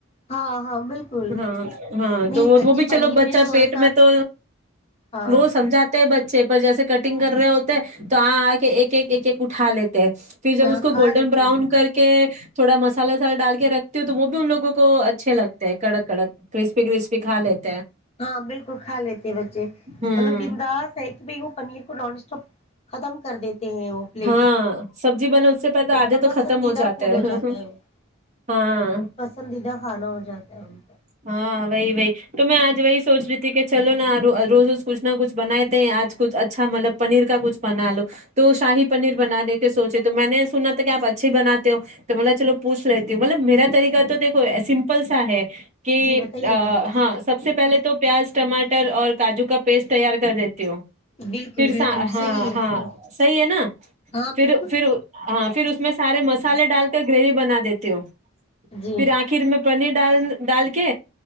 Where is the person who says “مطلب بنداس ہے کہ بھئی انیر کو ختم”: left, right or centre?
Left